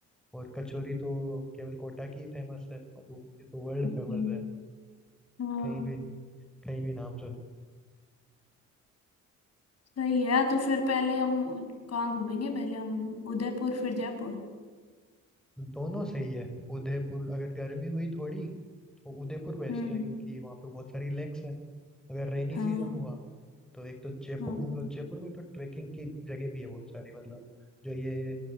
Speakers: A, in the centre; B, on the left.
A: और कचौरी तो केवल कोटा की फेमस है मतलब ये तो वर्ल्ड फेमस
B: जी
A: है
B: हाँ
A: कहीं भी कहीं भी नाम सुनो
B: सही है तो फिर पहले हम उ- कहाँ घूमेंगे पहले हम उदयपुर फिर जयपुर
A: दोनों सही है उदयपुर अगर गर्मी हुई थोड़ी तो उदयपुर बेस्ट
B: हम्म
A: है क्योंकि वहाँ पे बहुत सारी लेक्स है अगर रेनी
B: हाँ
A: सीजन हुआ तो एक तो जयपुर
B: हाँ
A: घूम लो जयपुर में तो ट्रेकिंग की जगह भी है बहुत सारी मतलब जो ये